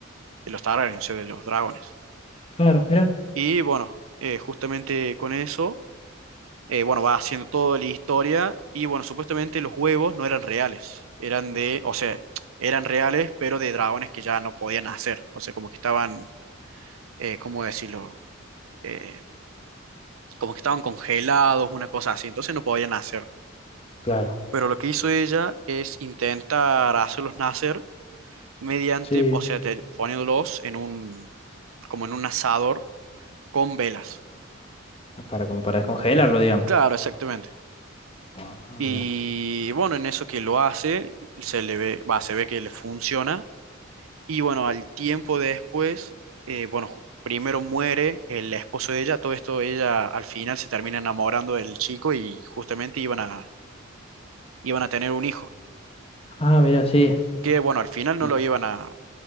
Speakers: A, on the right; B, on the left.
A: de los Targaryen, o sea, de los dragones.
B: Claro, mira.
A: Y bueno, eh, justamente con eso, eh, bueno, va haciendo toda la historia y bueno, supuestamente los huevos no eran reales, eran de, o sea, eran reales, pero de dragones que ya no podían hacer, o sea, como que estaban, eh, ¿cómo decirlo? Eh, como que estaban congelados, una cosa así, entonces no podían nacer.
B: Claro,
A: Pero lo que hizo ella es intentar hacerlos nacer mediante,
B: sí.
A: o sea, te- poniéndolos en un, como en un asador con velas.
B: Ah, Para, com- para descongelarlo, digamos.
A: Claro, exactamente.
B: Ah,
A: Y
B: mira.
A: bueno, en eso que lo hace, se le ve, va, se ve que le funciona. Y bueno, al tiempo después, eh, bueno, ju- primero muere el esposo de ella, todo esto ella al final se termina enamorando del chico y justamente iban a, iban a tener un hijo,
B: Ah, mira, sí.
A: que bueno, al final no
B: Sí,
A: lo iban a,